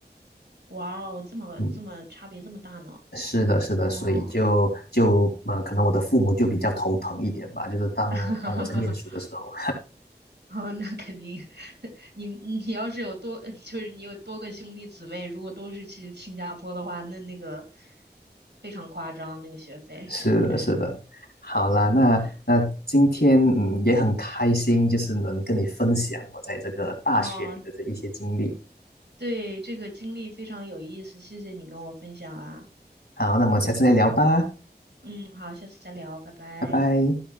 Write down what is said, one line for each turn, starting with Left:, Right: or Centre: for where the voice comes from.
Right: 哇哦，这么这么差别这么大呢？
Left: 嗯，是的，是的，所以就就嗯、
Right: 哦，
Left: 呃可能我的父母就比较头疼一点吧，就是当当我在念书的时候。
Right: <laughs> 哦，那肯定。<laughs> 你你要是有多，呃就是你有多个兄弟姊妹，如果都是去新加坡的话，那那个非常夸张，那个学费感觉。
Left: 是的，是的，好啦，
Right: <laughs>
Left: 那那今天嗯也很开心，就是能跟你分享我在这个大学里的这一些经历。
Right: 哦，对，这个经历非常有意思，谢谢你跟我分享啊。
Left: 好，那我们下次再聊吧，
Right: 嗯，好，下次再聊，拜拜。
Left: 拜拜。